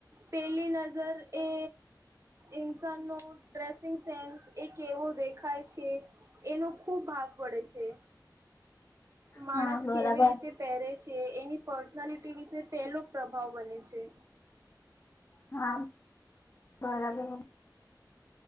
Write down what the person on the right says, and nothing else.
પેલી નજર એ ઇન્સાનનો <unintelligible> ડ્રેસિંગ સેન્સ એ કેવો દેખાય છે એનો ખૂબ ભાવ પડે છે. માણસ
કેવી રીતે પહેરે છે, એની પર્સનાલિટી વિશે પહેલો પ્રભાવ બને છે.